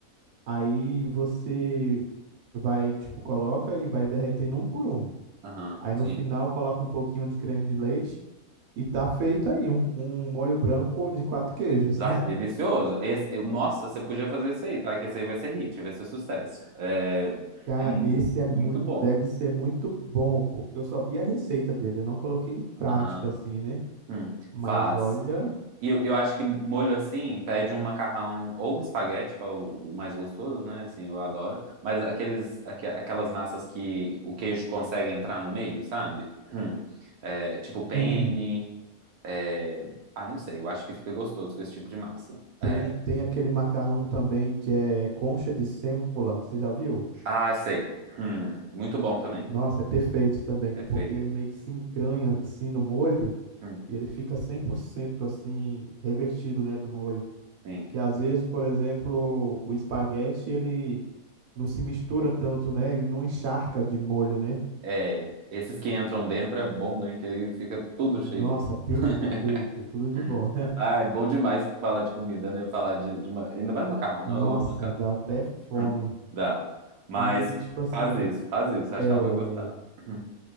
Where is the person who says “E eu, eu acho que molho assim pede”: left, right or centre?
Right